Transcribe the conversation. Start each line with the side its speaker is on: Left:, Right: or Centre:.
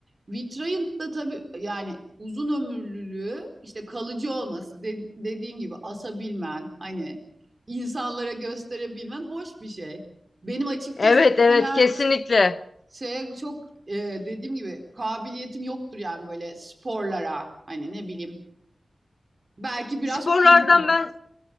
Right: Vitrayın da tabii yani uzun ömürlülüğü, işte kalıcı olması, de dediğin gibi asabilmen, hani insanlara gösterebilmen hoş bir şey. Benim açıkçası
Left: Evet evet
Right: mesela
Left: kesinlikle.
Right: şeye çok e, dediğim gibi kabiliyetim yoktur yani böyle sporlara hani ne bileyim belki biraz
Left: Sporlardan
Right: ping pong.
Left: ben